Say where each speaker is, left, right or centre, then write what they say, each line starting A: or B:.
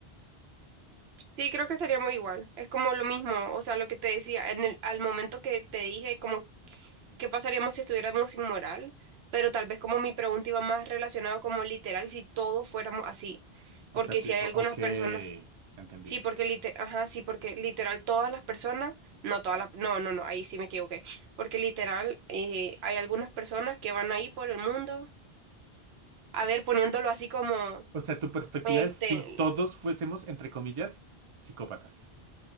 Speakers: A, on the right; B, on the right.
A: sí, creo que estaríamos igual. Es como lo mismo, o sea, lo que te decía, en el, al momento que te dije, como, ¿qué pasaríamos si estuviéramos sin moral? Pero tal vez como mi pregunta iba más relacionada como literal, si todos fuéramos así.
B: O
A: Porque
B: sea, tipo,
A: si hay algunas
B: ok,
A: personas...
B: entendí.
A: Sí, porque lite- ajá, sí, porque literal todas las personas, no todas las, no, no, no, ahí sí me equivoqué, porque literal eh, hay algunas personas que van ahí por el mundo, a ver, poniéndolo así como,
B: O sea, tu perspectiva
A: este,
B: es si todos fuésemos, entre comillas, psicópatas.